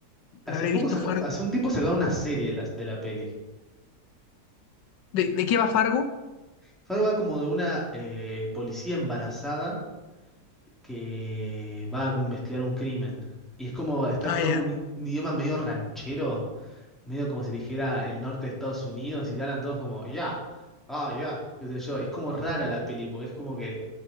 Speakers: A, in the centre; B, on the left.
A: hace
B: ¿La habré
A: poco,
B: visto
A: saca-
B: Fargo?
A: hace un tiempo sacaron una serie de la, de la peli.
B: ¿De, de qué va Fargo?
A: Fargo va como de una eh, policía embarazada que va a investigar un crimen. Y es como, está
B: Ah,
A: todo
B: ya.
A: un un idioma medio ranchero medio como si dijera el norte de Estados Unidos y te hablan todos como, ya, ah, ya, qué sé yo. Es como rara la peli, porque es como que